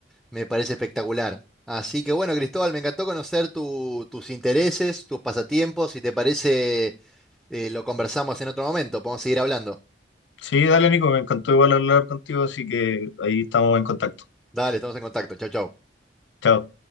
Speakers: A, in the centre; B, on the left (about 80°).
A: me parece espectacular. Así que bueno, Cristóbal, me encantó conocer tu- tus intereses, tus pasatiempos. Si te parece, eh, lo conversamos en otro momento. Podemos seguir hablando.
B: Sí, dale, Nico, me encantó igual hablar contigo, así que ahí estamos en contacto.
A: Dale, estamos en contacto. Chau, chau.
B: Chao.